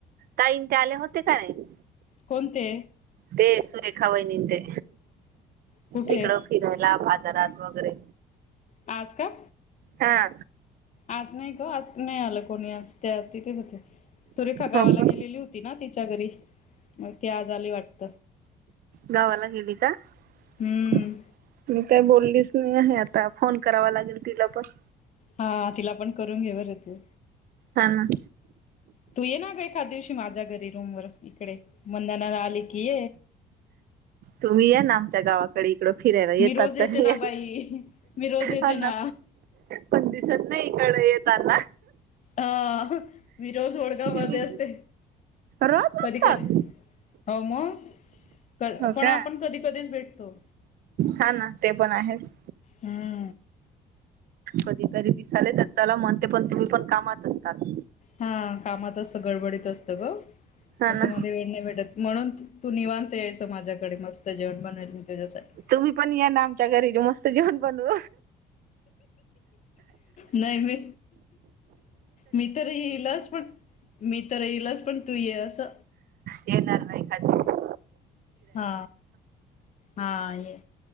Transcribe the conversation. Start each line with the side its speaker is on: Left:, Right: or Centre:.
Right: ताईन ते आले होते का नाही
Left: कोणते
Right: ते सुरेखा वहिनी ते
Left: कुठे
Right: तिकडं लाभ आजार अथ वगैरे
Left: आज का
Right: हा
Left: आज नाही ग आज नाही आलं कोणी आज त्या तिथेच होते सुरेखा गावाला
Right: हो का
Left: गेलेली होती हो ना तिच्या घरी मग ती आज आली वाटते
Right: गावाला गेली का
Left: हम्म
Right: मी काही बोललीच नाही आहे आता फोन करावा लागेल तिला पण
Left: हा तिला पण करून घेऊते
Right: हा ना
Left: तू ये ना ग एखाद दिवशी माझ्या घरी रूम वर इकडे मंदना रली की
Right: तुम्ही या ना आमच्या गावाकडे एड फिराला येतात
Left: मी रोज येते
Right: तर
Left: ना बाई मी रोज येते
Right: अ
Left: ना.
Right: पण दिसत नाही इकड येतातना
Left: हा विरोजोड का मध्ये
Right: दिस
Left: असते
Right: रोज
Left: कधी
Right: असतात
Left: कधी हो मग पण
Right: हो का
Left: आपण कधी कधीच भेटतो
Right: हा ना ते पण आहेच
Left: हम्
Right: कधीतरी दिसाले तर चला म्हणते पण तुम्ही पण कामात असतात
Left: हा कामाच असत गडबडीत असतं ग
Right: हा
Left: त्याच्यामध्ये
Right: ना
Left: वेळ नाही भेटत म्हणून तू निवांत यायच माझ्याकडे मस्त जेवण बनल मी तुझ्यासाठी
Right: तुम्ही पण या ना आमच्या घरीच मस्त जेवण बनू
Left: नाही मी मी तर येईलाच पण मी तर येईलाच पण तू ये असं
Right: येणार नाही खाद वतू
Left: हा हा ये